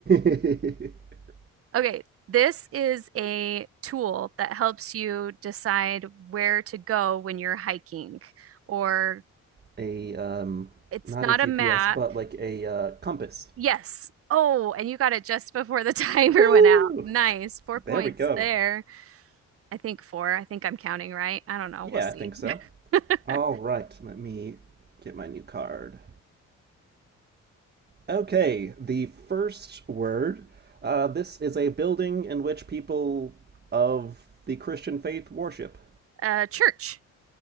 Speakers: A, on the right; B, on the right.
A: <laughs>
B: Okay, this is a tool that helps you decide where to go when you're hiking, or
A: a um
B: it's
A: not
B: not
A: a GPS,
B: a map.
A: but like a uh, compass.
B: Yes. Oh, and you got it just before the <laughs> timer
A: Woo!
B: went out. Nice. Four points
A: There we go.
B: there. I think four. I think I'm counting right. I don't know.
A: Yeah,
B: We'll see.
A: I think so.
B: <laughs>
A: All right, let me get my new card. Okay, the first word. Uh, this is a building in which people of the Christian faith worship.
B: Uh, church.